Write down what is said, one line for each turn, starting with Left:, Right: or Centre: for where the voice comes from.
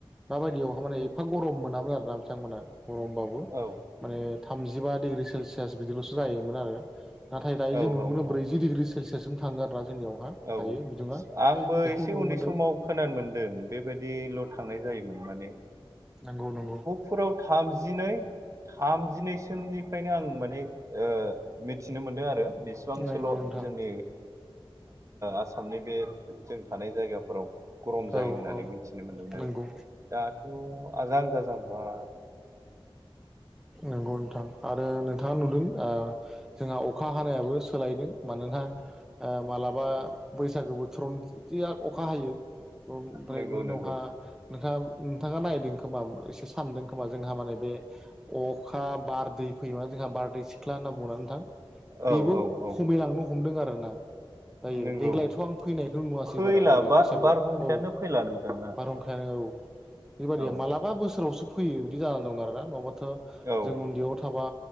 Centre: माबायदियावहा माने एफा गरम मोनामोन आरो ना बिथांमोना गरमबाबो
Right: औ
Centre: माने थामजिबा डिग्रि सेलसियास बिदिल'सो जायोमोन आरो नाथाय दायो
Right: औ
Centre: जों ननो
Right: औ
Centre: मोनो
Right: औ
Centre: ब्रैजि डिग्रि सेल्यासजों थांगोन आरो नों जोंनियावहा
Right: औ
Centre: दायो बिदुङा
Right: आंबो
Centre: बेखौ
Right: एसे
Centre: नुनो
Right: उन्दै
Centre: मोन्दों
Right: समाव खोनानो मोन्दों बेबायदिल' थांनाय जायोमोन माने
Centre: नंगौ नंगौ
Right: फोराव थामजिनै थामजिनै सोनिफ्रायनो आं माने ओ मिथिनो मोनदों आरो बिस बेसेबांसेल'
Centre: नंगौ नोंथां
Right: जोंनि आसामनि बे जों थानाय जायगाफोराव गरम जायो
Centre: औ
Right: होननानै
Centre: औ
Right: मिथिनो मोन्दोंमोन आरो
Centre: नंगौ
Right: दाथ' आजां गाजांबा
Centre: नंगौ नोंथां आरो नोंथाङा नुदों जोंहा अखा हानायाबो सोलायदों मानोना ओ मालाबा बैसागो बोथोराव जिया अखा हायो ओमफ्राय
Right: नंगौ
Centre: बि उनावहा
Right: नंगौ
Centre: नोंथाङा नोंथाङा नायदों खोमा एसे सानदों खोमा जोंहा माने बे अखा बारदै फैयोमा जोंहा बारदै सिख्ला होनना बुंङोना नोंथां
Right: औ
Centre: बेबो
Right: औ औ
Centre: खम फैलांनो हमदों आरो ना जायो
Right: नंगौ
Centre: देग्लायथ' आं फैनायखौ नुवासै
Right: फैला
Centre: बारा देग्लाय
Right: बा
Centre: बैसागआव
Right: बारहुंखायानो
Centre: औ
Right: फैला नोंथांना
Centre: बारहुंखायानो औ बेबायदि
Right: औ
Centre: मालाबा बोसोरावसो फैयो बिदि जानानै दं आरोना नङाबाथ'
Right: औ
Centre: जों उन्दैयाव थाबा